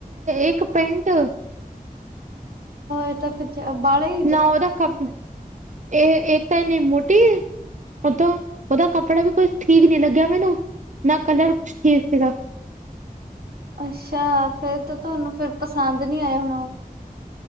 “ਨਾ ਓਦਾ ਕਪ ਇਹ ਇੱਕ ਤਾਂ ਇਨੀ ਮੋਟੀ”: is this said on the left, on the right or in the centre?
Right